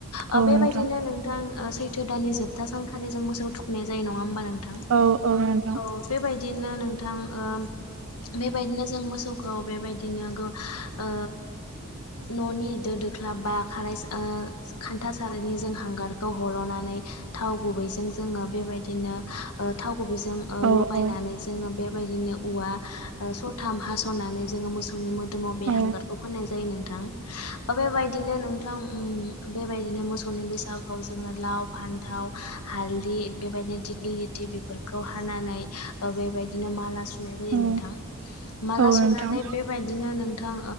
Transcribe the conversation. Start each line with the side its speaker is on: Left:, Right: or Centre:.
Left: ओ
Right: औ
Left: बेबायदिनो
Right: नोंथां
Left: नोंथां सैथो दाननि जोब था सानखालि जों मोसौ थुखैनाय जायो नङा होमबा नोंथां
Right: औ नोंथां
Left: औ बेबायदि दिनो नोंथां ओ बेबायदिनो जों मोसौखौ बेबायदिनो ओ न'नि दो दोख्लाब बा खारा ओ खान था सारायनि जों हांगारखौ हल'नानै थाव गुबैजों जोङो बेबायदिनो ओ थाव गुबिजों ओ
Right: औ
Left: लगायनानै
Right: औ
Left: जोङो बेबायदिनो उवा सथाम हास'नानै जोङो मोसौनि मो <unintelligible> बे
Right: औ
Left: हांगारखौ फोननाय जायो नोंथां बेबायदिनो नोंथां उम बेबायदिनो मोसौनि बैसागुखौ जोङो लाव फान थाव हालदै बेबायदिनो दिग्लि लथि बेफोरखौ हानानै बेबायदि ओ बेबायदिनो माला सुनाय जायो
Right: औ
Left: नोंथां माला
Right: औ
Left: सुनानै
Right: नोंथां
Left: बेबायदिनो नोंथां